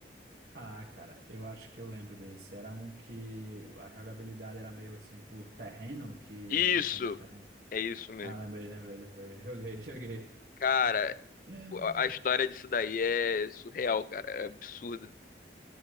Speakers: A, on the right (about 55°); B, on the left (about 50°).
A: Ah, cara, eu acho que eu lembro desse. Era um que a jogabilidade era meio assim por terreno, que
B: Isso!
A: ia avançando nos terrenos.
B: É isso mesmo.
A: Ah, lembrei, lembrei, lembrei. Joguei, joguei.
B: Cara,
A: <laughs>
B: a a história disso daí é surreal, cara. É absurdo.